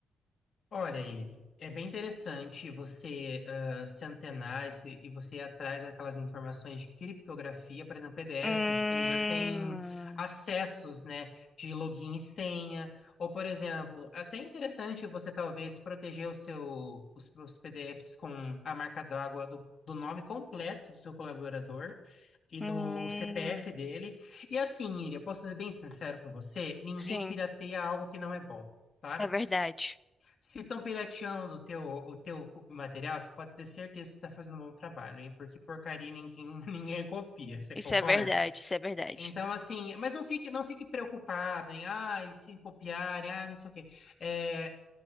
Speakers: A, on the left; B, on the left.
A: Olha, Iri, é bem interessante você ah, se antenar e, se- e você ir atrás daquelas informações de criptografia, por exemplo, PDFs,
B: Hum,
A: eles já têm acessos, né, de login e senha, ou, por exemplo, até interessante você talvez proteger o seu, os seus PDFs com a marca d'água do, do nome completo do seu colaborador e
B: hum,
A: do CPF dele. E assim, Iri, eu posso ser bem sincero com você, ninguém
B: sim,
A: pirateia algo que não é bom. tá?
B: é verdade.
A: Se estão pirateando o teu, o teu material, você pode ter certeza que você está fazendo um bom trabalho, hein? Porque porcaria ninguém, <laughs> ninguém copia, você
B: Isso
A: concorda?
B: é verdade, isso é verdade.
A: Então, assim, mas não fique, não fique preocupada em, ah, e se copiarem, ah, não sei o quê. É,